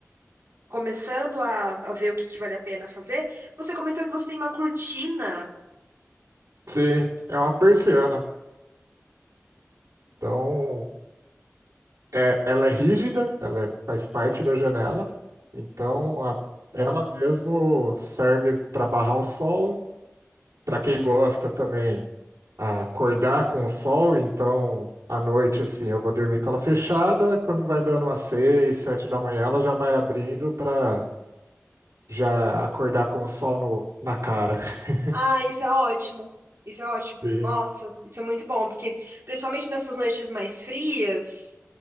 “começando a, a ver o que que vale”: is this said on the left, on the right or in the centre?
Right